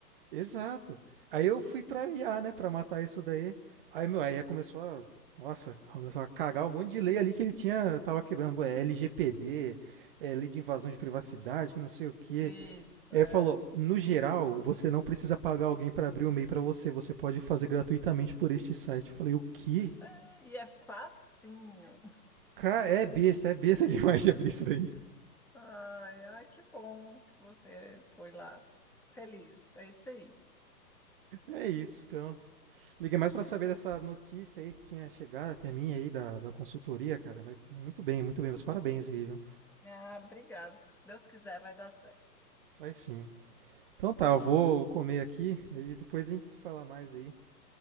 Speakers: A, on the right; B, in the centre.
A: Exato. Aí eu fui pra IA, né, Pra matar isso daí. Aí meu, a começou a, nossa, começou a cagar um monte de lei ali que ele tinha, tava quebrando, é, LGPD, é, lei de invasão de privacidade, que não sei o quê.
B: Isso,
A: Ele
B: é.
A: falou: no geral, você não precisa pagar alguém para abrir o e-mail pra você, você pode fazer gratuitamente por este site. Eu falei: o quê?
B: É, e é facinho.
A: Cara, é besta, é besta <laughs> demais de abrir isso daí.
B: Ai, ai, que bom que você foi lá. Feliz, é isso aí.
A: É isso, então. Liguei mais para saber dessa notícia aí que tinha chegado até mim aí da, da consultoria, cara. Mas muito bem, muito bem, meus parabéns aí, viu?
B: Ah, obrigado. Se Deus quiser, vai dar certo.
A: Vai sim. Então tá, eu vou comer aqui e depois a gente se fala mais aí.